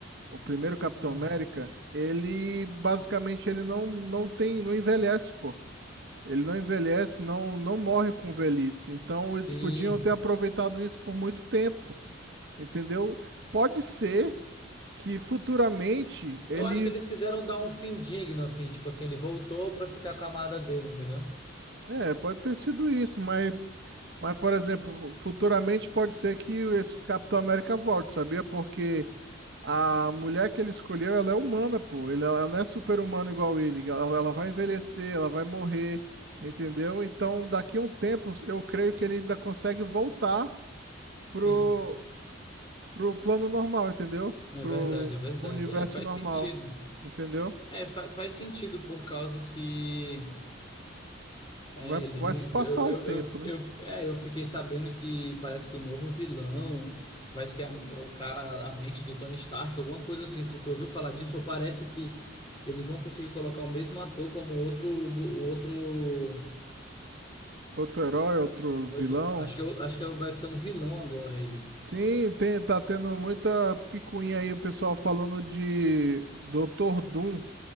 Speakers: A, on the right; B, on the left.
A: o primeiro Capitão
B: Hum.
A: América, ele basicamente ele não, não tem, não envelhece, pô. Ele não envelhece, não, não morre com velhice. Então
B: Sim.
A: eles podiam ter aproveitado isso por muito tempo, entendeu? Pode ser que futuramente eles
B: Eu acho que eles quiseram dar um fim digno, assim, tipo assim, ele voltou pra ficar com a amada dele, entendeu?
A: É, pode ter sido isso, mas, mas, por exemplo, futuramente pode ser que esse Capitão América volte, sabia? Porque a mulher que ele escolheu, ela é humana, pô. Ele, ela não é super-humana igual ele. Ela, ela vai envelhecer, ela vai morrer, entendeu? Então, daqui a um tempo, eu creio que ele ainda consegue voltar pro,
B: Sim.
A: pro plano normal, entendeu?
B: É
A: Pro,
B: verdade, é verdade.
A: pro universo
B: É, faz
A: normal,
B: sentido.
A: entendeu?
B: É, fa- faz sentido por causa que é,
A: Vai,
B: eles
A: vai
B: me.
A: se
B: Eu,
A: passar o
B: eu,
A: tempo,
B: eu,
A: né?
B: eu- é, eu fiquei sabendo que parece que o novo vilão vai ser a- o cara, a mente do Tony Stark, alguma coisa assim. Se tu ouviu falar disso, ou parece que eles vão conseguir colocar o mesmo ator como outro. bu- outro,
A: Outro herói, outro
B: outro
A: vilão.
B: acho que, eu- acho que vai ser um vilão agora ele.
A: Sim, tem, tá tendo muita picuinha aí, o pessoal falando de Doutor Doom,